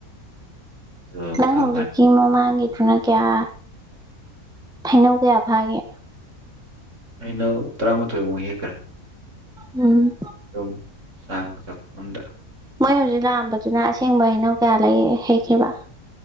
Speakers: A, on the right; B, in the centre.
A: ꯑꯗꯣ
B: ꯅꯪ
A: ꯀꯃꯥꯏ
B: ꯍꯧꯖꯤꯛꯀꯤ ꯃꯃꯥꯡꯒꯤ ꯁꯅꯥ ꯀꯌꯥ ꯍꯩꯅꯧ ꯀꯌꯥ ꯐꯥꯒꯦ
A: ꯍꯩꯅꯧ ꯇꯔꯥꯃꯥꯊꯣꯏꯃꯨꯛ ꯍꯦꯛ
B: ꯎꯝ
A: ꯗꯨꯝ ꯆꯥꯡ ꯆꯠ ꯑꯝꯗ
B: ꯃꯣꯏ ꯍꯧꯖꯤꯛ ꯂꯥꯛꯑꯝꯕꯗꯨꯅ ꯑꯁꯦꯡꯕ ꯍꯩꯅꯧ ꯀꯌꯥ ꯂꯩ ꯍꯦꯛꯀꯦꯕ